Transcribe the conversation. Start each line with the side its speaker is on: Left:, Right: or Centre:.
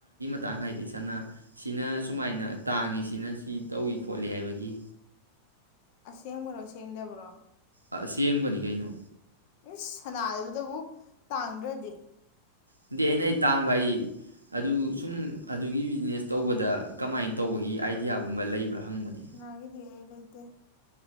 Right: ꯇꯥꯡ ꯍꯥꯏꯥꯏꯗꯤ ꯁꯅꯥ ꯁꯤꯅ ꯁꯨꯃꯥꯏꯅ ꯇꯥꯡꯉꯤꯁꯤꯅ ꯁꯤ ꯇꯧꯏ ꯈꯣꯠꯂꯤ ꯍꯥꯏꯕꯒꯤ꯫
Left: ꯑꯁꯦꯡꯕ꯭ꯔꯣ ꯁꯦꯡꯗꯕ꯭ꯔꯣ꯫
Right: ꯑ ꯁꯦꯡꯕꯅꯤ ꯀꯩꯅꯣ
Left: ꯏꯁ ꯁꯅꯥꯗꯨꯗꯕꯨ ꯇꯥꯡꯗ꯭ꯔꯗꯤ꯫
Right: ꯑꯗꯨꯗꯤ ꯑꯩꯅ ꯑꯩ ꯇꯥꯡꯕ ꯍꯥꯏ ꯑꯗꯨ ꯁꯨꯝ ꯑꯗꯨꯒꯤ ꯕꯤꯖꯤꯅꯦꯁ ꯇꯧꯕꯗ ꯀꯃꯥꯏꯅ ꯇꯧꯕꯒꯤ ꯑꯥꯏꯗꯤꯌꯥꯒꯨꯝꯕ ꯂꯩꯕ꯭ꯔꯥ ꯍꯪꯕꯅꯤ
Left: ꯆꯉꯗꯑꯌꯦ ꯂꯩꯇ